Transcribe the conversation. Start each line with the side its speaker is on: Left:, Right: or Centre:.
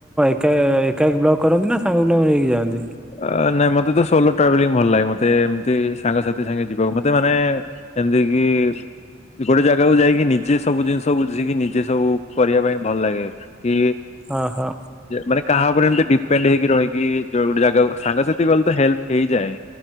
Centre: କା ଏକା ଏକ ବ୍ଲକ୍ କରନ୍ତି ନା ସାଙ୍ଗ ବ୍ଲକ ନେଇକି ଯାଆନ୍ତି।
Left: ଅ ନାଇଁ ମତେ ତ ସୋଲୋ ଟ୍ରାଭେଲିଂ ଭଲ ଲାଗେ ମତେ ଏମତି ସାଙ୍ଗସାଥି ସାଙ୍ଗେ ଯିବାକୁ ମତେ ମାନେ ଏମତିକି ଗୋଟେ ଜାଗାକୁ ଯାଇକି ନିଜେ ସବୁ ଜିନିଷ ବୁଝିକି ନିଜେ ସବୁ କରିବା ପାଇଁ ଭଲ ଲାଗେ। କି
Centre: ଓହୋ
Left: ମାନେ କାହା ଉପରେ ଏମତି ଡିପେଣ୍ଡ ହେଇକି ରହିକି ଯଉଡା ସାଙ୍ଗସାଥି ଗଲେ ତ ହେଲ୍ପ ହେଇଯାଏ